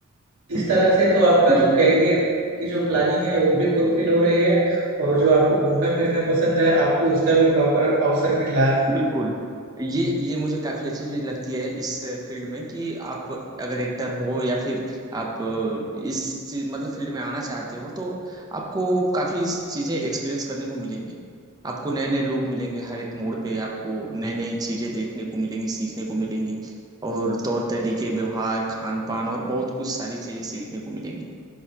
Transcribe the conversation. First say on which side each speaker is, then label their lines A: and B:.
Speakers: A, on the right (about 75°); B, on the right (about 15°).
A: इस
B: हम्म।
A: तरह से तो आपका
B: मतलब
A: जो कैरियर की जो प्लानिंग है वो भी फुलफिल हो रही है और जो आपको घूमना फिरना पसंद है आपको उसका भी प्रॉपर अवसर मिल रहा है
B: बिल्कुल ये ये मुझे काफी अच्छी चीज लगती है इस फील्ड में कि आप अगर एक्टर हो या फिर आप इस चीज मतलब फील्ड में आना चाहते हो तो आपको काफी चीजें एक्सपीरियंस करने को मिलेंगी आपको नए नए लोग मिलेंगे हर एक मोड़ पे आपको नई नई चीजें देखने को मिलेंगी सीखने को मिलेंगी और तौर तरीके व्यवहार खान पान और बहुत कुछ सारी चीजें सीखने को मिलेंगी